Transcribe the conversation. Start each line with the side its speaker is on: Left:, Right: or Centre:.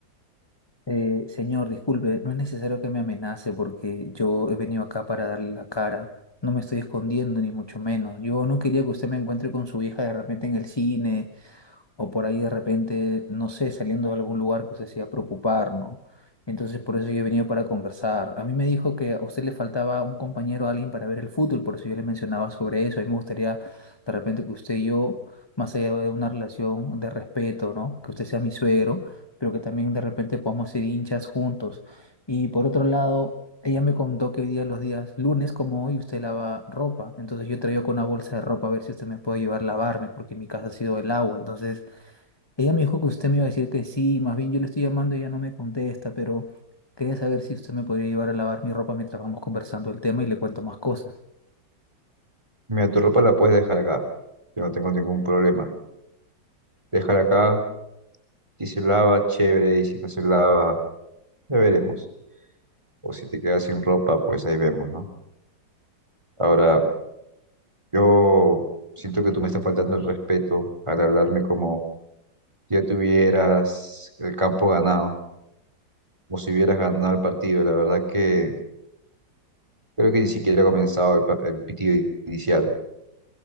Left: Eh, señor, disculpe, no es necesario que me amenace porque yo he venido acá para darle la cara. No me estoy escondiendo, ni mucho menos. Yo no quería que usted me encuentre con su hija de repente en el cine o por ahí de repente, no sé, saliendo de algún lugar que se hacía preocupar, ¿no? Entonces por eso yo he venido para conversar. A mí me dijo que a usted le faltaba un compañero, alguien para ver el fútbol, por eso yo le mencionaba sobre eso. A mí me gustaría de repente que usted y yo, más allá de una relación de respeto, ¿no? Que usted sea mi suegro, pero que también de repente podamos ser hinchas juntos. Y por otro lado... Ella me contó que hoy día, los días lunes como hoy, usted lava ropa. Entonces yo traigo con una bolsa de ropa a ver si usted me puede ayudar a lavarme, porque en mi casa ha sido el agua. Entonces ella me dijo que usted me iba a decir que sí, más bien yo le estoy llamando y ella no me contesta, pero quería saber si usted me podría llevar a lavar mi ropa mientras vamos conversando el tema y le cuento más cosas.
Right: Mira, tu ropa la puedes dejar acá. Yo no tengo ningún problema. Déjala acá Si se lava, chévere, y si no se lava, ya veremos. O si te quedas sin ropa, pues ahí vemos, ¿no? Ahora, yo siento que tú me estás faltando el respeto al hablarme como ya tuvieras el campo ganado, o si hubieras ganado el partido. La verdad que creo que ni siquiera ha comenzado el, pa- el pitido inicial.